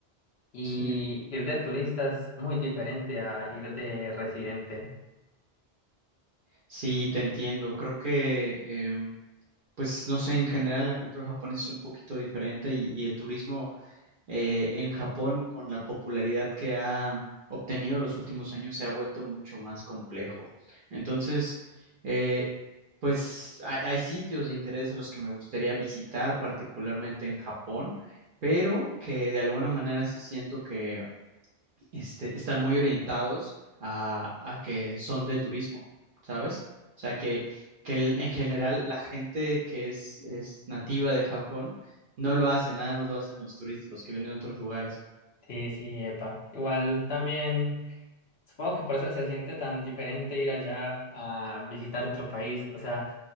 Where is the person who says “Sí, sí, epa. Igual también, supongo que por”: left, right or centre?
Left